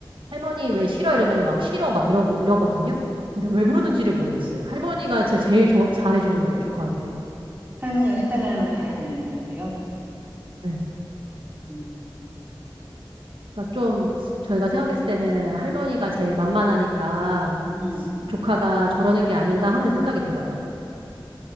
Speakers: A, on the right; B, on the right.
A: 할머니 왜 싫어 이러면 막 싫어 막 이러고 이러거든요. 근데 왜 그러는지를 모르겠어요. 할머니가 진짜 제일 좋아- 잘해주는데 조카한테.
B: 할머니가 해달라는 거 다 해주는데, 그래요?
A: 네.
B: 음,
A: 그러니까 좀 저희가 생각했을 때는 할머니가 제일 만만하니까
B: 음.
A: 조카가 저러는 게 아닌가 하는 생각이 들어요.